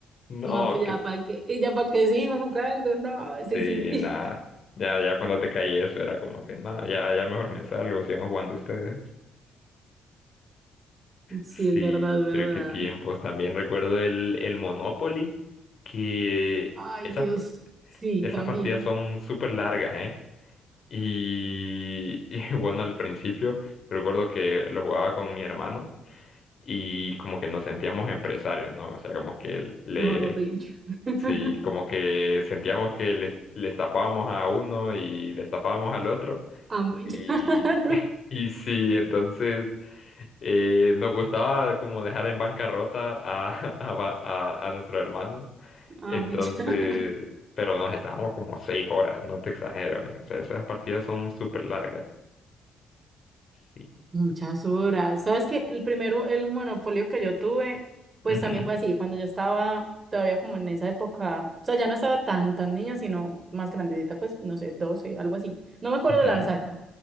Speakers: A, on the left; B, on the right.
A: No,
B: No, pues ya
A: que
B: para qué, y ya para qué sigo jugando, no, sí,
A: Sí,
B: sí, sí.
A: nada. Ya, ya cuando te caí eso era como que, nada, ya, ya mejor me salgo, sigan jugando ustedes.
B: Sí,
A: Sí,
B: es verdad, verdad.
A: creo que tiempos. También recuerdo el, el Monopoly, que
B: Ay,
A: esas,
B: Dios. Sí,
A: esas
B: también.
A: partidas son súper largas, ¿eh? Y, <laughs> y bueno, al principio recuerdo que lo jugaba con mi hermano y como que nos sentíamos empresarios, ¿no? O sea, como que le,
B: Mejor dicho. <laughs>
A: sí, como que sentíamos que le, le estafábamos a uno y le estafábamos al otro.
B: Amo y
A: Y,
B: llorar.
A: <laughs> y sí, entonces eh, nos gustaba como dejar en bancarrota a, <laughs> a, ba- a, a nuestro hermano.
B: <laughs> Amo
A: Entonces,
B: y llorar.
A: pero nos estábamos como seis horas, no te exagero, eh. O sea, esas partidas son súper largas. Sí.
B: Muchas horas. ¿Sabes qué? El primero, el monopolio que yo tuve, pues
A: Ujú,
B: también fue así, cuando yo estaba todavía como en esa época, o sea, ya no estaba tan, tan niña, sino más grandecita, pues, no sé, 12, algo así. No me acuerdo
A: ujú,
B: la exacta,